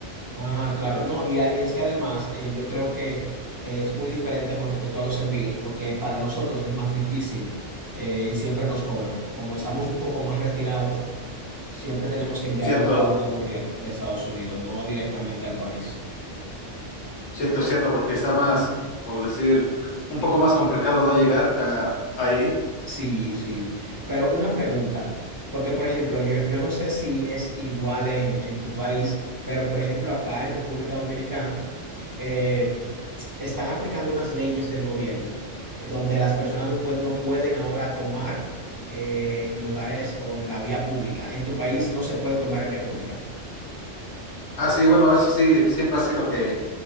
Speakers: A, on the right; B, on the left.
A: Ah, claro, no, y, a- y es que además eh, yo creo que es muy diferente con respecto a los envíos, porque para nosotros es más difícil eh, y siempre nos cobran. Como estamos un poco más retirados, siempre tenemos que enviarlo
B: Cierto,
A: a un courier de Estados Unidos, no directamente al país.
B: cierto, cierto, porque está más, como decir, un poco más complicado no llegar a- ahí.
A: Sí, sí, pero una pregunta, porque por ejemplo, yo, yo no sé si es igual en, en tu país, pero por ejemplo acá en República Dominicana eh, están aplicando unas leyes del gobierno eh, donde las personas no, pue- no pueden ahora tomar eh, en lugares o en la vía pública. En tu país no se puede tomar en vía pública.
B: Ah, sí, bueno, eso sí, siempre ha sido que,